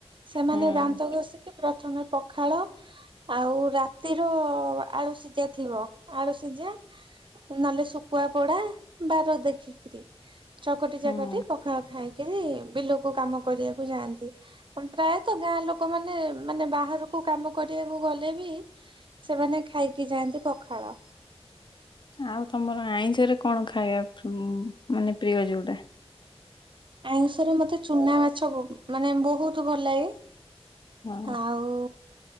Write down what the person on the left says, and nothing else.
ହୁଁ।
ହୁଁ
ଆଉ ତମର ଆଇଁଷରେ କଣ ଖାଇବା ମାନେ ପ୍ରିୟ ଯୋଉଟା।
ହଁ।